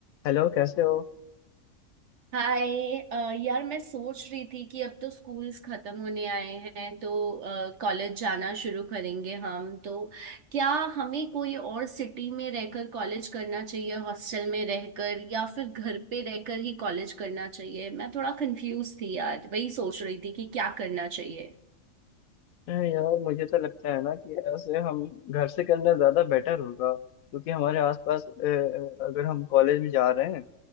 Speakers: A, on the left (about 85°); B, on the right (about 60°).
A: Hello कैसे हो
B: हाय अ, यार मैं सोच रही थी कि अब तो स्कूल्स खत्म होने आए हैं तो कॉलेज जाना शुरू करेंगे हम तो क्या हमें कोई और सिटी में रहकर कॉलेज करना चाहिए हॉस्टल में रहकर या फिर घर पे रहकर ही कॉलेज करना चाहिए मैं थोड़ा कंफ्यूज थी यार वही सोच रही थी कि क्या करना चाहिए
A: अरे यार मुझे तो लगता है ना कि ऐसे हम घर से करना ज़्यादा बेटर होगा क्योंकि हमारे आसपास अ, अ, अगर हम कॉलेज में जा रहे हैं